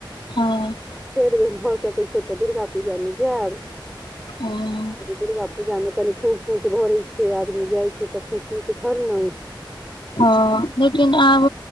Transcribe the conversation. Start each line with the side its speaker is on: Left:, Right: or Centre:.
Left: हँ
Centre: फेर भऽ सकैत छै तऽ दुर्गा पूजा मे जायब
Left: हँ
Centre: दुर्गा पूजा मे कनि खोंछ तोंछ भरय छै आ जाइ छै तऽ खोंछि तोंछि भरलौं
Left: ह लेकिन आब